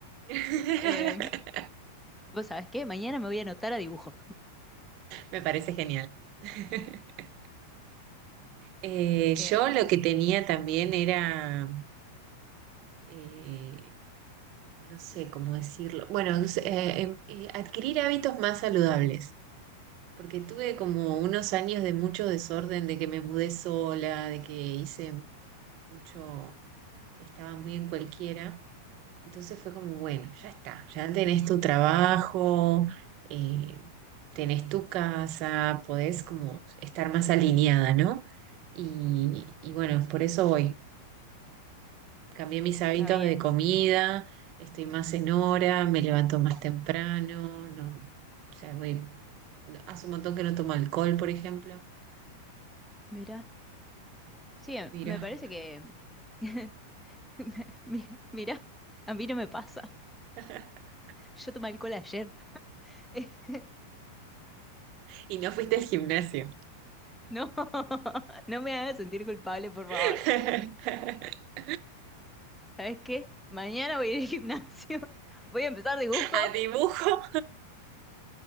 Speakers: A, on the right; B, in the centre.
A: <laughs>
B: Em, <laughs> vos sabés qué, mañana me voy a anotar a dibujo.
A: Me parece genial. <laughs> Eh, yo
B: Em,
A: lo que tenía también era, eh, no sé cómo decirlo. Bueno, es, eh, em- eh, adquirir hábitos más saludables, porque tuve como unos años de mucho desorden, de que me mudé sola, de que hice mucho, estaba muy en cualquiera. Entonces fue como, bueno, ya está, ya tenés tu trabajo, eh, tenés tu casa, podés como estar más alineada, ¿no? Y, y bueno, por eso voy. Cambié mis hábitos
B: está bien.
A: de comida, estoy más en hora, me levanto más temprano, no, o sea, voy- hace un montón que no tomo alcohol, por ejemplo.
B: Mira. Sí, em,
A: Mira.
B: me parece que... <laughs> me- mi- Mira, a mí no me pasa.
A: <laughs>
B: Yo tomé alcohol ayer. <laughs>
A: Y no fuiste al gimnasio.
B: No, <laughs> no me hagas sentir culpable, por
A: <laughs>
B: favor. ¿Sabes qué? Mañana voy a ir al gimnasio, <laughs> voy a empezar dibujo,
A: A
B: <laughs>
A: dibujo,